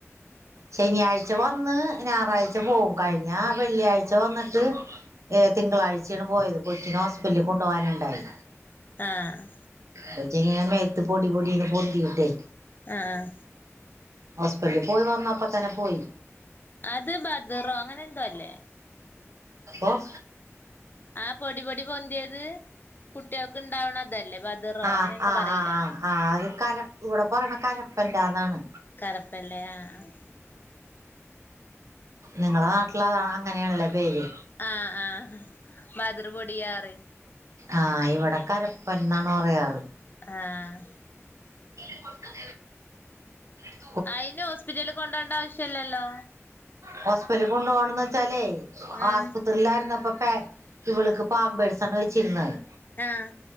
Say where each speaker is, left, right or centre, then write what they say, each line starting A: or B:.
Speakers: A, on the right; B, on the left.
A: ശനിയാഴ്ച വന്ന് ഞായറാഴ്ച പോകും കഴിഞ്ഞ വെള്ളിയാഴ് ച്ച വന്നിട്ട് ഏ തിങ്കളാഴ്ച്ചയാണ് പോയത് കൊച്ചിനെ ഹോസ്പിറ്റലിൽ കൊണ്ടു പോകാനുണ്ടായി
B: ആഹ്
A: കൊച്ചിങ്ങനെ മേത്ത് പൊടി പൊടിന്ന് പൊന്തിയിട്ടേ
B: ആഹ് ആഹ്
A: ഹോസ്പിറ്റലിൽ പോയി വന്നപ്പ തന്നെ പോയി
B: അത് ബദറോ അങ്ങനെ എന്തോ അല്ലേ
A: ഓഹ്
B: ആഹ് പൊടി പൊടി പൊന്തിയത് കുട്ടികൾക്ക് ഇണ്ടാവണ അതല്ലേ ബതറോ
A: ആഹ്
B: അങ്ങനെ എന്തോ
A: ആഹ്
B: പറയില്ലേ
A: ആഹ് ആഹ് അത് കര ഇവിടെ പറയണെ കരപ്പെന്റാന്നാണ്
B: കരപ്പെല്ലെ ആഹ് ആഹ്
A: നിങ്ങളെ നാട്ടില് അതാ അങ്ങനെയാണല്ലേ പേര്
B: ആഹ് ആഹ് മതറ് പൊടിയാറ്
A: ആഹ് ഇവിടെ കരപ്പൻന്നാണ് പറയാറ്
B: ആഹ്
A: ഇ കൊട്ടല്ല <inaudible>
B: അയിന് ഹോസ്പിറ്റലില് കൊണ്ടോണ്ട ആവശ്യം ഇല്ലല്ലോ
A: ഹോസ്പിറ്റലിൽ കൊണ്ടോണന്ന് വെച്ചാലേ
B: ഉം
A: ആസ്പത്രിലാരുന്നപ്പം പേ ഇവള്ക്ക് പാമ്പേഴ്സാണ് വെച്ചിരുന്നത്
B: ആഹ്